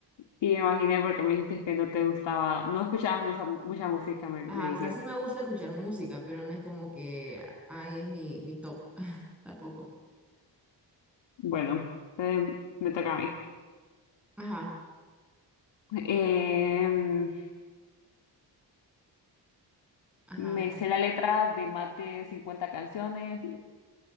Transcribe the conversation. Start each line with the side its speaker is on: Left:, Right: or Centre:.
Left: sí, me imaginé porque me dijiste que no te gustaba, no escuchabas mucha, mucha música, me, me
Centre: Ajá,
Left: dijiste.
Centre: o sea, sí me gusta escuchar música, pero no es como que ahí es mi, mi top, <laughs> tampoco.
Left: Bueno, em, me toca a mí.
Centre: Ajá,
Left: Em,
Centre: ajá,
Left: me
Centre: ajá.
Left: sé la letra de más de 50 canciones.